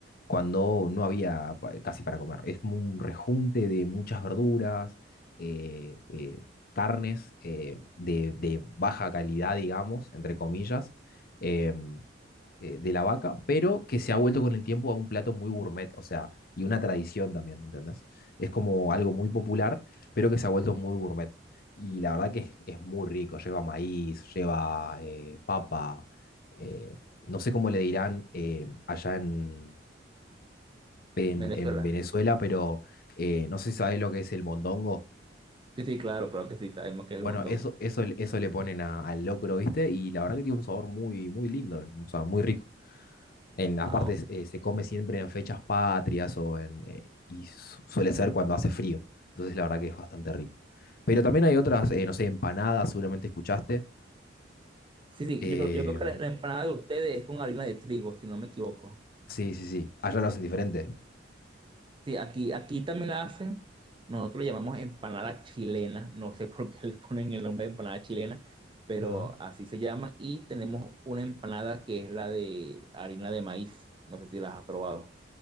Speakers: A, on the left; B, on the right.
A: cuando no había pa- casi para comer. Es como un rejunte de muchas verduras, eh, eh, carnes eh, de, de baja calidad, digamos, entre comillas. em, eh, de la vaca, pero que se ha vuelto con el tiempo a un plato muy gourmet, o sea, y una tradición también, ¿entendés? Es como algo muy popular, pero que se ha vuelto muy gourmet. Y la verdad que es, es muy rico, lleva maíz, lleva eh, papa, eh, no sé cómo le dirán eh, allá en, en-
B: Venezuela.
A: en Venezuela, pero eh, no sé si sabés lo que es el mondongo.
B: Sí, sí, claro, claro que sí, sabemos que es
A: Bueno,
B: el mondongo.
A: eso, eso, eso le ponen a- al locro, ¿viste? Y la verdad que tiene un sabor muy, muy lindo, o sea, muy rico. En, aparte,
B: Ah, ok.
A: eh, se come siempre en fechas patrias o en, eh, y su- suele ser cuando hace frío. Entonces, la verdad que es bastante rico. Pero también hay otras, eh, no sé, empanadas, seguramente escuchaste.
B: sí, sí,
A: Eh,
B: yo creo, yo creo que la, la empanada de ustedes es con harina de trigo, si no me equivoco.
A: sí, sí, sí. Allá lo hacen diferente.
B: Sí, aquí, aquí también la hacen. Nosotros le llamamos empanada chilena. No sé por qué le ponen el nombre de empanada chilena, pero
A: Ajá.
B: así se llama. Y tenemos una empanada que es la de harina de maíz. No sé si las has probado.